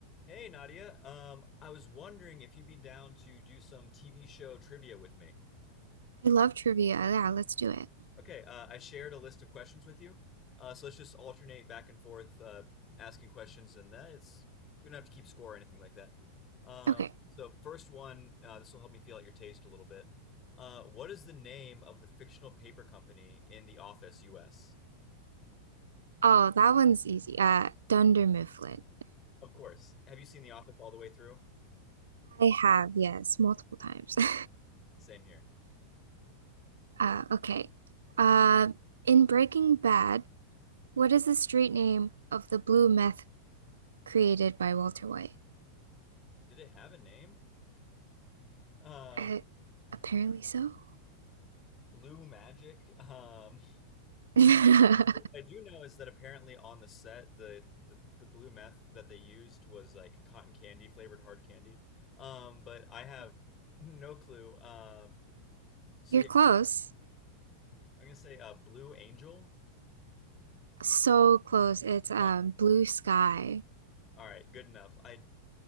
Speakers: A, on the left; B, on the right.
A: Hey Nadia, um, I was wondering if you'd be down to do some TV show trivia with me.
B: I love trivia. Yeah, let's do it.
A: Okay, uh, I shared a list of questions with you, uh, so let's just alternate back and forth uh, asking questions, and that it's we don't have to keep score or anything like that. Um,
B: Okay.
A: so first one, uh, this will help me feel out your taste a little bit. Uh, what is the name of the fictional paper company in The Office, U.S.?
B: Oh, that one's easy. Uh, Dunder Mifflin.
A: Of course. Have you seen The Office all the way through?
B: I have, yes, multiple times. <laughs>
A: Same here.
B: Uh, okay. Uh, in Breaking Bad, what is the street name of the blue meth created by Walter White?
A: Did it have a name? Um,
B: Uh, apparently so.
A: Blue Magic. Um,
B: <laughs>
A: I do know is that apparently on the set, the the the blue meth that they used was like cotton candy flavored hard candy. Um, but I have no clue. Um, so
B: You're
A: yeah,
B: close.
A: I'm gonna say uh, Blue Angel.
B: So close. It's um
A: Oh,
B: Blue
A: no.
B: Sky.
A: All right, good enough. I